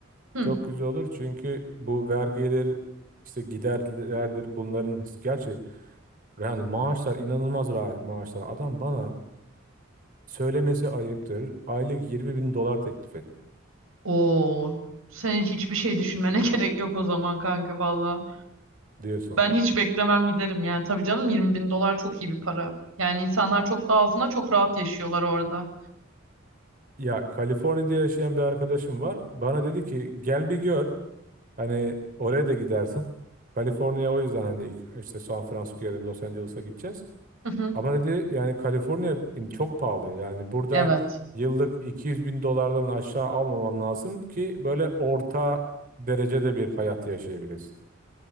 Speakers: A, on the right; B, on the right.
A: hı.
B: Çok güzel olur çünkü bu vergiler işte giderlerdir bunların gerçi Yani maaşlar inanılmaz ra- maaşlar. Adam bana söylemesi ayıptır. Aylık 20 bin dolar teklif etti
A: Oo. Senin hiçbir şey düşünmene <laughs> gerek yok o zaman kanka valla.
B: diyorsun.
A: Ben hiç beklemem giderim yani. Tabii canım 20 bin dolar çok iyi bir para. Yani insanlar çok daha azına çok rahat yaşıyorlar orada.
B: Ya Kaliforniya'da yaşayan bir arkadaşım var. Bana dedi ki gel bir gör. Hani oraya da gidersin. Kaliforniya o yüzden hani ilk işte San Francisco'ya da Los Angeles'a gideceğiz.
A: Hı hı.
B: Ama dedi yani Kaliforniya in- çok pahalı. Yani burada
A: Evet.
B: yıllık 200 bin dolardan aşağı almaman lazım ki böyle orta derecede bir hayat yaşayabilesin.